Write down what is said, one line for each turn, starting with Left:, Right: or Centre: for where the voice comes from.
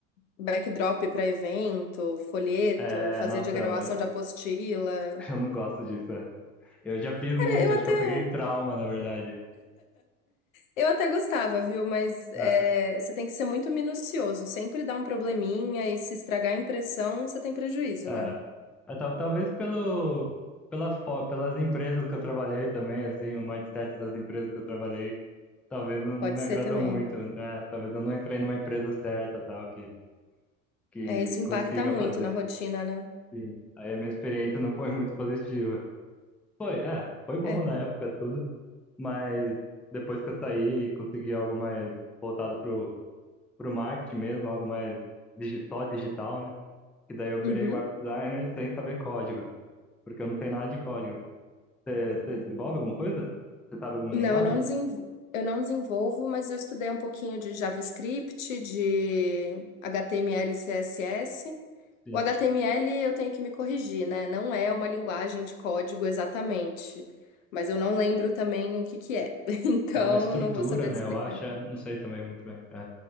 Left: backdrop para evento, folheto,
Centre: É,
Left: fazia
Centre: nossa,
Left: diagramação
Centre: eu, eu
Left: de apostila.
Centre: <laughs> eu não gosto disso. é. Eu já fiz muito,
Left: Cara, eu
Centre: acho
Left: até
Centre: que eu peguei trauma, na verdade.
Left: Eu até gostava, viu? Mas é,
Centre: É,
Left: você tem que ser muito minucioso. Sempre dá um probleminha e se estragar a impressão, você tem prejuízo,
Centre: é.
Left: né?
Centre: É, tal- Talvez pelo, pela, fo- pelas empresas que eu trabalhei também, assim, o mindset das empresas que eu trabalhei, talvez não não
Left: Pode
Centre: me
Left: ser
Centre: agradou
Left: também.
Centre: muito. É, talvez eu não entrei numa empresa certa, tal, que, que
Left: É, isso impacta
Centre: consiga
Left: muito
Centre: fazer.
Left: na rotina, né?
Centre: Sim. Aí a minha experiência não foi muito positiva. Foi, é, foi bom
Left: É.
Centre: na época tudo, mas depois que eu saí, consegui algo mais voltado pro marketing mesmo, algo mais digi- só digital, né? Que daí eu
Left: Uhum.
Centre: virei web designer sem saber código, porque eu não sei nada de código. Você você desenvolve alguma coisa? Você sabe alguma
Left: Não,
Centre: linguagem?
Left: eu não desenvolvo, eu não desenvolvo, mas eu estudei um pouquinho de JavaScript, de HTML, CSS.
Centre: Sim.
Left: O HTML eu tenho que me corrigir, né? Não é uma linguagem de código exatamente, mas eu não lembro também o que que é. <laughs> Então,
Centre: É uma estrutura,
Left: não vou saber
Centre: né?
Left: te explicar.
Centre: Eu acho, é, não sei também muito bem. É,